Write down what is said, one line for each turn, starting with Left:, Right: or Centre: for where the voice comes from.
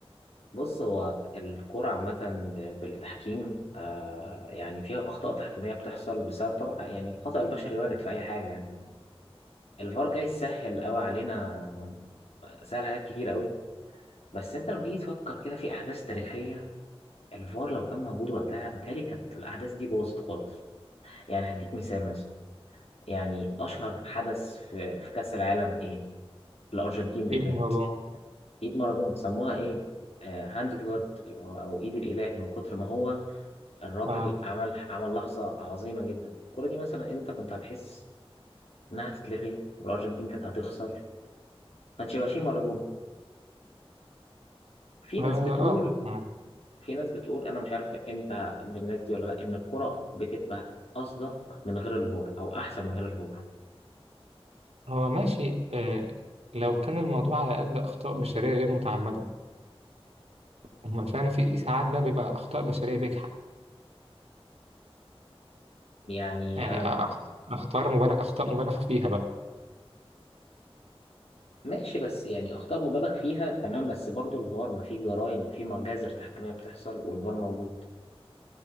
Left: بص هو الكرة عامة ب- بالتحكيم آه يعني فيها أخطاء تحكيمية بتحصل بسبب طبعا يعني الخطأ البشري وارد في أي حاجة يعني الفار جاي يسهل أوي علينا سهل حاجات كتير أوي بس أنت لما تيجي تفكر كده في أحداث تاريخية الفار لو كان موجود وقتها متهيألي كانت الأحداث دي باظت خالص يعني هديك مثال مثلا يعني أشهر حدث في, في كأس العالم إيه؟ في الأرجنتين بالذات
Right: إيه الموضوع؟
Left: إيد مارادونا سموها إيه؟ هاند اوف جاد اللي هو أو إيد الإله من كتر ما هو الراجل
Right: آه
Left: عمل عمل لحظة عظيمة جدا الكورة دي مثلا أنت كنت هتحس إنها هتتلغي والأرجنتين كانت هتخسر كانش هيبقى فيه مارادونا في
Right: آه
Left: ناس
Right: آه,
Left: بتقول
Right: آه.
Left: في ناس بتقول أنا مش عارف أنت من الناس دي ولا لأ إن الكرة بتبقى أصدق من غير الفار أو أحسن من غير الفار
Right: هو ماشي آه لو كان الموضوع على قد أخطاء بشرية غير متعمدة أما فاهم في في ساعات بقى بيبقى أخطاء بشرية بجحة
Left: يعني
Right: يعني
Left: أنا
Right: أخ- أخطاء مبالغ أخطاء مبالغ فيها بقى
Left: ماشي بس يعني اخطاء مبالغ فيها تمام بس برضو الفار ما في جرائم في مجازر تحكيميه بتحصل والفار موجود